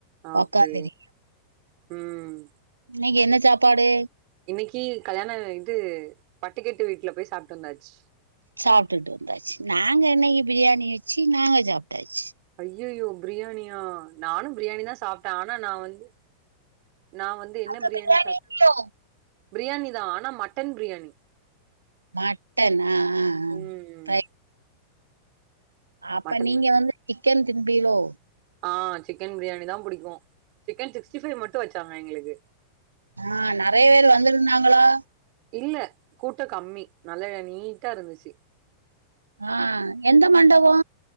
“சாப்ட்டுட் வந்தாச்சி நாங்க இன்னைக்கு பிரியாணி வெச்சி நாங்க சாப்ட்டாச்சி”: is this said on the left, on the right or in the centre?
Right